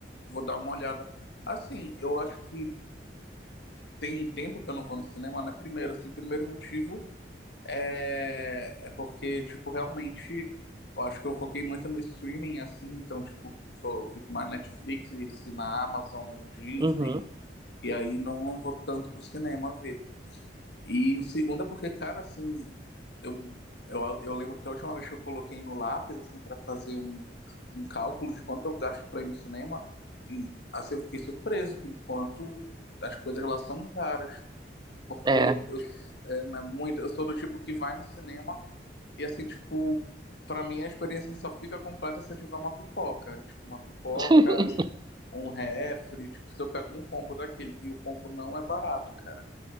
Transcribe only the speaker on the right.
Uhum,
é.
<laughs>